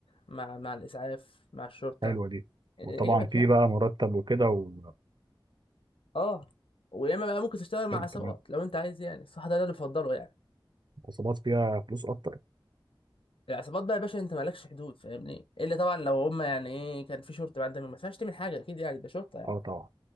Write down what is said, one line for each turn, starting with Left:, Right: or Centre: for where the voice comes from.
Left: مع مع الاسعاف مع الشرطه
Right: حلوة دي
Left: يعجبك
Right: وطبعا في
Left: يعني
Right: بقى مرتب وكده و...
Left: اه ويا اما بقى ممكن تشتغل مع
Right: حلو
Left: عصابات
Right: تمام
Left: لو انت عايز يعني الصح ده, ده اللي بفضله يعني
Right: عصابات فيها فلوس اكتر
Left: العصابات بقى يا باشا انت مالكش حدود فاهمني الا طبعا لو هم يعني ايه كان في شرطه بقى انت ما ينفعش تعمل حاجه اكيد يعني ده شرطه يعني
Right: اه طبعا